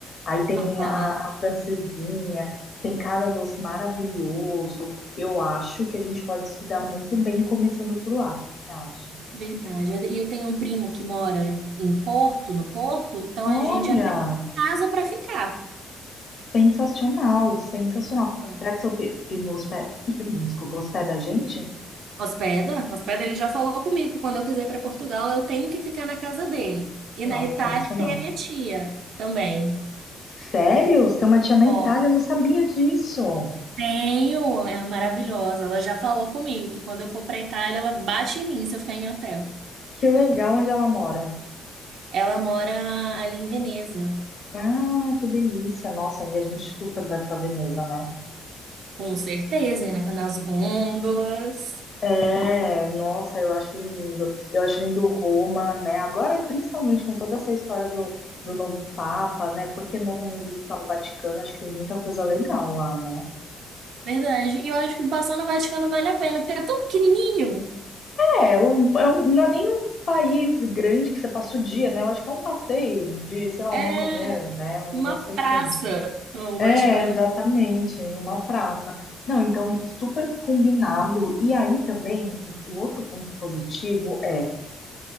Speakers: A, on the left; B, on the right.
A: Aí tem
B: Aham.
A: a, a francesinha, tem cada doce maravilhoso. Eu acho que a gente pode se dar muito bem começando por lá. O que que você acha?
B: Verdade. E eu tenho um primo que mora em Porto, no Porto, então
A: Olha!
B: a gente já tem casa para ficar.
A: Sensacional, sensacional.
B: Olha.
A: Será que seu pe- primo hospeda, <clears throat> desculpa, hospeda a gente?
B: Hospeda, hospeda, ele já falou comigo que quando eu quiser ir para Portugal, eu tenho que ficar na casa dele. E
A: Nossa,
B: na Itália
A: sensacional.
B: tem a minha tia também.
A: Sério? Você tem uma tia na
B: Ó,
A: Itália? Eu não sabia disso.
B: tenho, é maravilhosa. Ela já falou comigo que quando eu for para Itália, ela bate em mim se eu ficar em hotel.
A: Que legal onde ela mora.
B: Ela mora ali em Veneza,
A: Ah, que delícia. Nossa, e a gente super vai pra Veneza, né?
B: com certeza, né? Nas gôndolas.
A: É, nossa, eu acho lindo. Eu acho lindo Roma, né? Agora, e principalmente com toda essa história do, do novo Papa, né? Por que não também visitar o Vaticano? Acho que tem muita coisa legal lá, né?
B: Verdade. E eu acho que passar no Vaticano vale a pena, porque é tão pequenininho.
A: É, um- é um- não é nem um país grande que você passa o dia, né? Eu acho que é um passeio de, sei lá,
B: É
A: uma manhã, né? Um negócio
B: uma
A: assim.
B: praça, o
A: É,
B: Vaticano.
A: exatamente, uma praça. Não, então, super combinado. E aí também, o o outro ponto positivo é